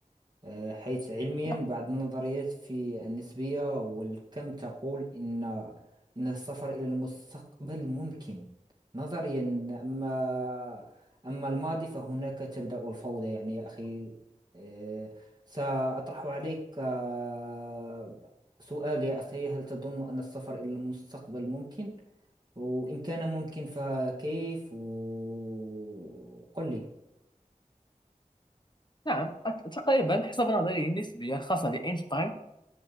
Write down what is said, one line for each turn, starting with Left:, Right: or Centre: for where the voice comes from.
Right: آه، حيث علميا
Left: نعم
Right: بعض النظريات في النسبية والكم تقول إن إن السفر إلى المستقبل ممكن نظريا أما أما الماضي فهناك تبدأ الفوضى يعني يا أخي آه، سأطرح عليك آه، سؤال يا أخي هل تظن أن السفر إلى المستقبل ممكن؟ وإن كان ممكن فكيف؟ وقل لي
Left: نعم، أت- تقريبا حسب نظرية النسبية الخاصة لأينشتاين